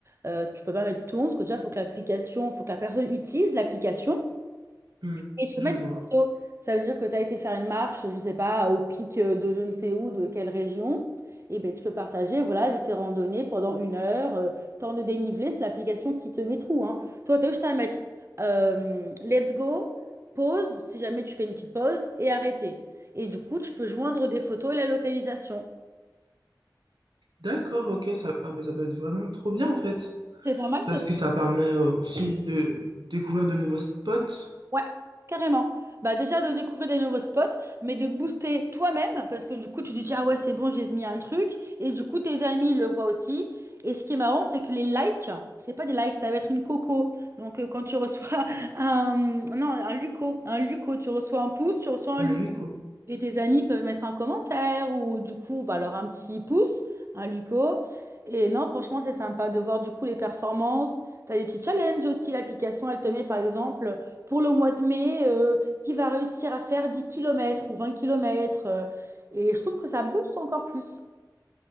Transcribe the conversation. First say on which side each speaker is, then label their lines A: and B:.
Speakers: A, on the right; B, on the right.
A: Euh, tu peux pas mettre tout le monde parce que déjà, il faut que l'application, faut que la personne utilise l'application.
B: Hmm,
A: Et tu peux
B: je
A: mettre
B: vois.
A: des photos. Ça veut dire que tu as été faire une marche, je ne sais pas, au pic de je ne sais où, de quelle région. Et bien, tu peux partager, voilà, j'étais randonnée pendant une heure, euh, temps de dénivelé, c'est l'application qui te met tout, hein. Toi, tu as juste à mettre euh, let's go, pause, si jamais tu fais une petite pause, et arrêter. Et du coup, tu peux joindre des photos et la localisation.
B: D'accord, ok, ça, ah, bah, ça peut être vraiment trop bien en fait.
A: C'est pas mal
B: parce
A: parce
B: que
A: que
B: ça permet aussi de découvrir de nouveaux spots.
A: Ouais, carrément. Bah déjà de découvrir des nouveaux spots, mais de booster toi-même, parce que du coup, tu te dis, ah ouais, c'est bon, j'ai mis un truc, et du coup, tes amis le voient aussi. Et ce qui est marrant, c'est que les likes, c'est pas des likes, ça va être une coco. Donc, euh, quand tu reçois <laughs> un, non, un luco, un luco, tu reçois un pouce, tu reçois
B: Un
A: un luco.
B: lieu,
A: Et tes amis peuvent mettre un commentaire ou du coup, bah, alors un petit pouce, un Luco. Et non, franchement, c'est sympa de voir du coup les performances. Tu as des petits challenges aussi. L'application, elle te met par exemple pour le mois de mai, euh, qui va réussir à faire 10 kilomètres ou 20 kilomètres. euh, et je trouve que ça booste encore plus.